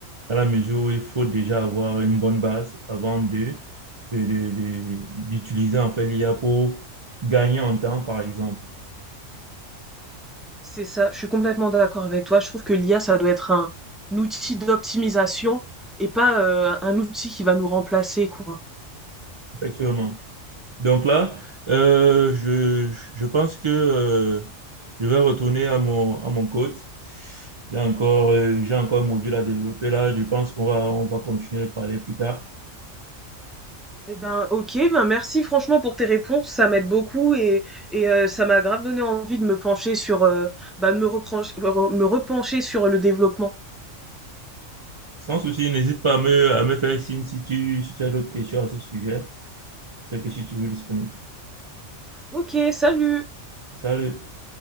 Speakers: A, on the right (about 55°); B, in the centre.
A: à la mesure où il faut déjà avoir une bonne base avant de, de- de- de- d'utiliser en fait l'IA pour gagner en temps, par exemple.
B: C'est ça, je suis complètement d'accord avec toi. Je trouve que l'IA, ça doit être un, un outil d'optimisation et pas euh, un outil qui va nous remplacer, quoi.
A: Effectivement. Donc là, euh, je, je pense que euh, je vais retourner à mon, à mon coach. J'ai encore, euh, j'ai encore un module à développer là. Je pense qu'on va, on va continuer de parler plus tard.
B: Eh ben, ok, ben merci franchement pour tes réponses, ça m'aide beaucoup et, et euh, ça m'a grave donné envie de me pencher sur, euh, bah, de me repren- re- me repencher sur le développement.
A: Sans souci, n'hésite pas à me, à me faire signe si tu, si tu as d'autres questions à ce sujet. C'est que si tu veux disponible.
B: Hum, Ok, salut!
A: Salut.